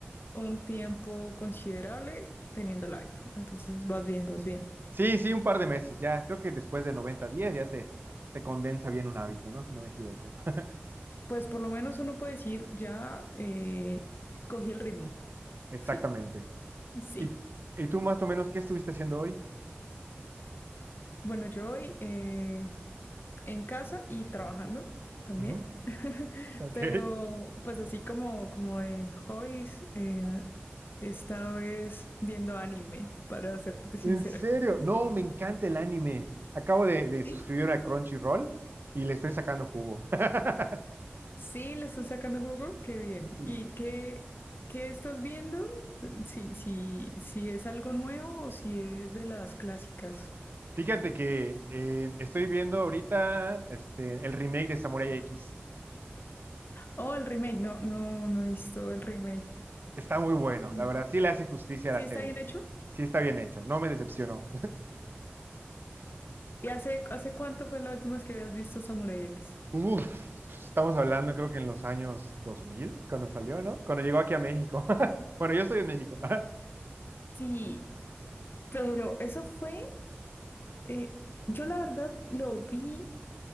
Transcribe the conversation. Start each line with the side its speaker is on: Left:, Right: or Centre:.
Left: un tiempo considerable teniendo el hábito. Entonces vas bien, vas bien.
Right: sí, sí, un par de meses ya. Creo que después de 90 días ya se, se condensa bien un hábito, ¿no? Si no me equivoco. <laughs>
Left: Pues por lo menos uno puede decir, ya eh, cogí el ritmo.
Right: Exactamente.
Left: Sí, sí.
Right: ¿Y, y tú más o menos qué estuviste haciendo hoy?
Left: Bueno, yo hoy... eh, en casa y trabajando también.
Right: Ujú,
Left: <laughs>
Right: Ok.
Left: Pero pues así como, como de hobbies, eh, he estado es viendo anime, para serte sincera.
Right: ¿En serio? No, me encanta el anime. Acabo de, de
Left: Sí,
Right: suscribir a Crunchyroll y le estoy sacando jugo. <laughs>
Left: sí, le estás sacando jugo, qué bien.
Right: Sí.
Left: ¿Y qué, qué estás viendo? Si, si, si es algo nuevo o si es de las clásicas.
Right: Fíjate que eh, estoy viendo ahorita este, el remake de Samurai X.
Left: Oh, el remake, no, no, no he visto el remake.
Right: Está muy bueno,
Left: Mm.
Right: la verdad, sí le hace justicia
Left: ¿Sí
Right: a la serie.
Left: está bien hecho?
Right: Sí está bien hecho, no me decepcionó.
Left: ¿Y hace, hace cuánto fue la última vez que habías visto Samurai X?
Right: Uf, estamos hablando creo que en los años 2000 cuando salió, ¿no? Cuando llegó aquí a México. <laughs> Bueno, yo estoy en México.
Left: Sí. Pero eso fue, eh, yo la verdad lo vi